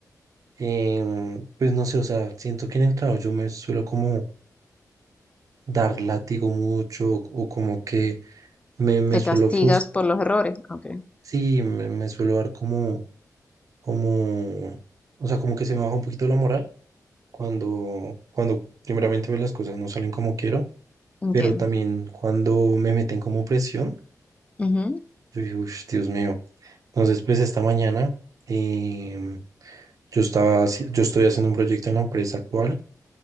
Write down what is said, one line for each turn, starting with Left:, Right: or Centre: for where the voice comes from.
Right: em, pues no sé, o sea, siento que en el trabajo yo me suelo como dar látigo mucho, o como que me, me
Left: Te
Right: suelo
Left: castigas
Right: frustrar,
Left: por los errores. Ok,
Right: sí, me, me suelo dar como, como, o sea, como que se me baja un poquito la moral cuando, cuando primeramente ve las cosas no salen como quiero,
Left: entiendo.
Right: pero también cuando me meten como presión,
Left: Ujú,
Right: yo digo, "Ush, Dios mío. Entonces, pues esta mañana em, yo estaba, haci- yo estoy haciendo un proyecto en la empresa actual